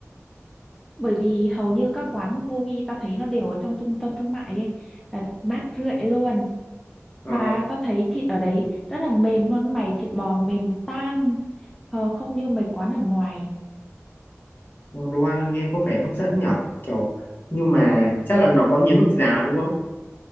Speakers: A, in the centre; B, on the left (about 40°).
A: bởi vì hầu như các quán gogi tao thấy nó đều ở trong trung tâm thương mại ấy là mát rượi luôn
B: ờ,
A: mà tao thấy thịt ở đấy rất là mềm luôn mày thịt bò mềm tan Ờ, không như mấy quán ở ngoài
B: đồ ăn nghe có vẻ hấp dẫn nhở kiểu nhưng mà
A: Ừ,
B: chắc là nó có nhiều mức giá đúng không